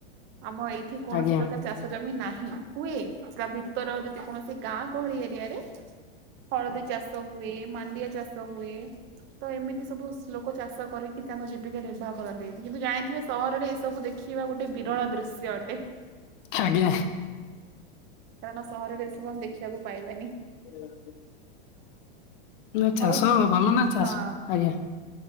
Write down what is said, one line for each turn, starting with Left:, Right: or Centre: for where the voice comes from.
Right: ଆମ ଏଇଠି କୌଣସି
Left: ଆଜ୍ଞା।
Right: ପ୍ରକାର ଚାଷ ଷ ଜମି ନାହିଁ ହୁଏ କ ଭିତର ଯଦି କୌଣସି ଗାଁ ଗହଳି ଏରିଆରେ ହଳଦୀ ଚାଷ ହୁଏ, ମାଣ୍ଡିଆ ଚାଷ ହୁଏ। ତ ଏମିତି ସବୁ ଲୋକ ଚାଷ କରିକି ତାଙ୍କ ଜୀବିକା ନିର୍ବାହ କରନ୍ତି, ଏ କିନ୍ତୁ ଜାଣିଥିବେ ସହରରେ ଏ ସ ବୁ ଦେଖିବା ଗୋଟେ ବିରଳ ଦୃଶ୍ୟ ଅଟେ।
Left: ଆଜ୍ଞା।
Right: କାରଣ ସହରରେ ଏ ସବୁ ଆମେ ଦେଖିବାକୁ ପାଇବାନି।
Left: <inaudible> ନା
Right: ହଉ
Left: ଚାଷ ଭଲ ନା ଚାଷ
Right: ହଁ
Left: ଆଜ୍ଞା।